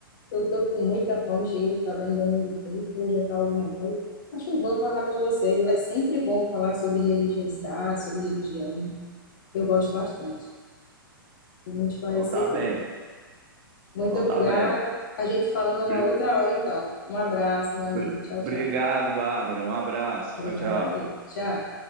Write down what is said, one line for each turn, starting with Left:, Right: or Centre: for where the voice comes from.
Left: Eu estou com muita fome, cheguei do trabalho e ainda não jantei. Vou jantar alguma coisa. Mas foi bom falar com você, viu? É sempre bom falar sobre religiosidade, sobre religião. Eu gosto bastante. Fui Muito esclarecedora.
Right: Então tá bem,
Left: Muito
Right: então
Left: obrigada.
Right: tá bem.
Left: A gente fala numa
Right: Bri-
Left: outra hora, então. Um abraço, meu amigo.
Right: bri-
Left: Tchau,
Right: Obrigado,
Left: tchau.
Right: Bárbara. Um abraço.
Left: Obrigada
Right: Tchau, tchau.
Left: a Deus. Tchau.